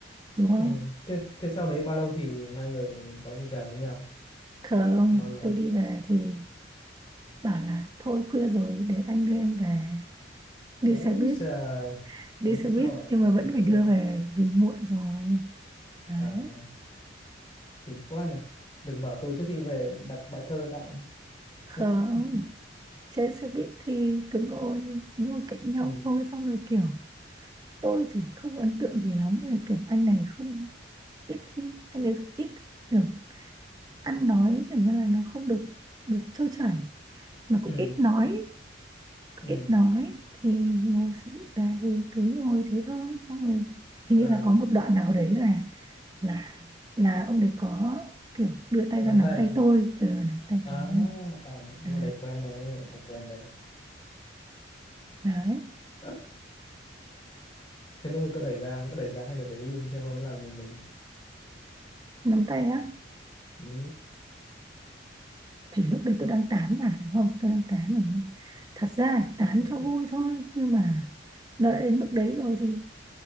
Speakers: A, on the right (about 20°); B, on the left (about 25°).
A: đúng không
B: ừ thế thế sau đấy bao lâu thì hai người có tình cảm với nhau
A: không
B: bao lâu
A: tôi đi về thì bảo là thôi khuya rồi để anh đưa em về đi
B: ôi
A: xe buýt
B: trời
A: đi
B: ôi
A: xe buýt
B: giời
A: nhưng mà
B: ôi.
A: vẫn phải đưa về vì muộn rồi đấy
B: à đừng quá nhỉ đừng bảo tôi trước khi về đặt bài thơ tặng
A: không
B: <laughs>
A: trên xe buýt thì cứ ngồi ngồi cạnh nhau
B: ừ
A: thôi xong rồi kiểu tôi thì không ấn tượng gì lắm về kiểu anh này không ít khi anh ấy ít kiểu ăn nói kiểu như là nó không được được trôi chảy mà cũng
B: ừ
A: ít nói
B: ừ
A: ít nói thì ngồi sự- bà thì cứ ngồi thế thôi xong rồi hình
B: à,
A: như là có một đoạn nào đấy là là là ông đấy có kiểu đưa tay
B: nắm
A: ra nắm
B: tay
A: tay tôi ừ, nắm tay
B: à,
A: tôi
B: à vụ
A: à,
B: này quen đấy vụ này quen đấy
A: đấy
B: <laughs> thế lúc ấy có đẩy ra có đẩy ra hay là để im xem ông làm gì mình
A: nắm tay á
B: ừ
A: thì lúc đấy tôi đang tán mà đúng không tôi đang tán mà đúng không thật ra tán
B: <laughs>
A: cho vui thôi nhưng mà nó đã đến mức đấy rồi thì